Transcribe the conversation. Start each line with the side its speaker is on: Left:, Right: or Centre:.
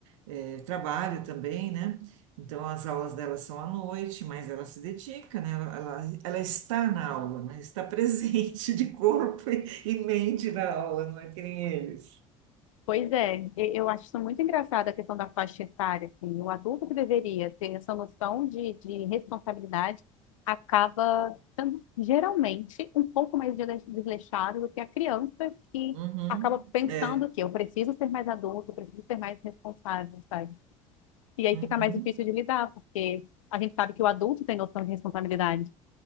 Right: eh, trabalho também, né? Então as aulas dela são à noite, mas ela se dedica, né? Ela, ela, ela está na aula, né? Está <laughs> presente de corpo e, e mente na aula, não é que nem eles.
Left: Pois é, e- eu acho isso muito engraçado a questão da faixa etária, assim, o adulto que deveria ter essa noção de, de responsabilidade acaba sendo geralmente um pouco mais desle- desleixado do que a criança que
Right: Uhum,
Left: acaba pensando
Right: é,
Left: que eu preciso ser mais adulto, eu preciso ser mais responsável, sabe? E aí
Right: uhum,
Left: fica mais difícil de lidar, porque a gente sabe que o adulto tem noção de responsabilidade.